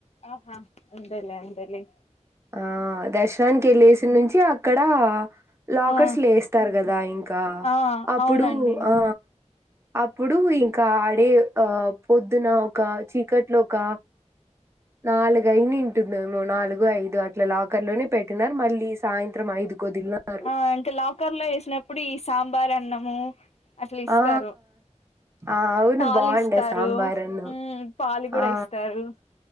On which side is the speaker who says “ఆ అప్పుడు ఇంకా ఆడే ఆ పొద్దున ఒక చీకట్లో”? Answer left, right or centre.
Right